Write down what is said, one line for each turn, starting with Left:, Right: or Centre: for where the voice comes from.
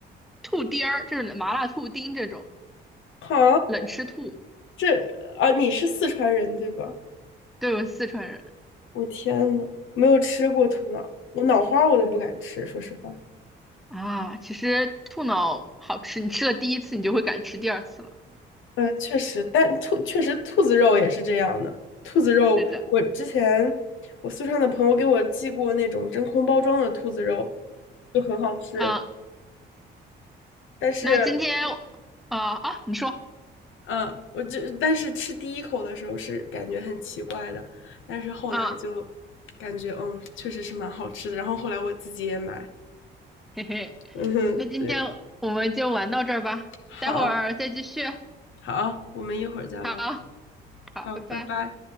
Centre: 兔丁儿，就是麻辣兔丁这种
Left: 哈，
Centre: 冷吃兔。
Left: 这啊，你是四川人对吧？
Centre: 对，我是四川人
Left: 我天呐，没有吃过兔脑，我脑花我都不敢吃，说实话。
Centre: 啊，其实兔脑好吃，你吃了第一次，你就会敢吃第二次了。
Left: 呃，确实，但兔确实兔子肉也是这样的。兔子肉，
Centre: 是的，
Left: 我之前我四川的朋友给我寄过那种真空包装的兔子肉，就很好吃。
Centre: 啊，
Left: 但是，
Centre: 那今天啊啊，你说
Left: 嗯，我这但是吃第一口的时候是感觉很奇怪的，但是后来就
Centre: 啊。
Left: 感觉嗯，确实是蛮好吃的。然后后来我自己也买，
Centre: <laughs> 嘿嘿，
Left: 嗯哼，
Centre: 那今天我们就玩到这儿吧，
Left: 对，好，
Centre: 待会儿再继续。
Left: 好，我们一会儿再玩，
Centre: 好，好，
Left: 好，
Centre: 拜拜。
Left: 拜拜。